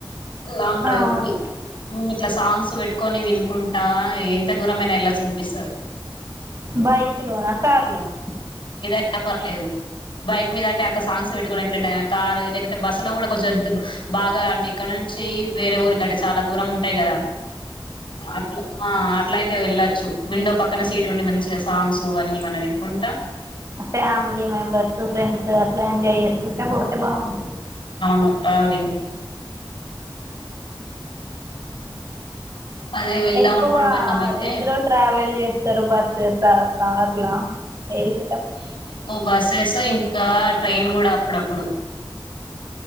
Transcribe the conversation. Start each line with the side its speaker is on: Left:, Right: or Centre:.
Left: లాంగ్ డ్రైవ్కి
Right: అవును
Left: ఇట్లా సాంగ్స్ పెట్టుకొని వినుకుంటా ఎంత దూరమైనా ఎళ్ళచ్చు అనిపిస్తది
Right: బైక్ లోనా కార్ లోనా
Left: ఏదనా పర్లేదు బైక్ మీద టె త సాంగ్స్ కూడా పెట్టుకున్నట్లుండగానీ కారు లేకంటే బస్సు లో కూడా కొంచెం బాగా అంటే ఇక్కడ నుంచి వేరే ఊరి కంటే చాలా దూరం ఉంటాయి కదా అట్లా ఆ అట్లాయితే వెళ్ళొచ్చు విండో పక్కన సీట్ ఉండి మంచిగా సాంగ్స్ అన్నీ మన వినుకుంటా
Right: ఫ్యామిలీ మెంబర్స్ ఫ్రెండ్స్ అట్లా ఎంజాయ్ చేసుంటే పోతే బాగుంట
Left: అవును ట్రావెలింగ్ అదే వెళ్దాం
Right: ఎక్కువ
Left: అనుకుంటున్నాం అయితే
Right: ఎందులో ట్రావెల్ చేస్ బస్సెస కార్లా ఏవి ఇష్టం
Left: మేము ఎక్కువ బస్సెస్ ఇంకా ట్రైన్ కూడా అప్పుడప్పుడు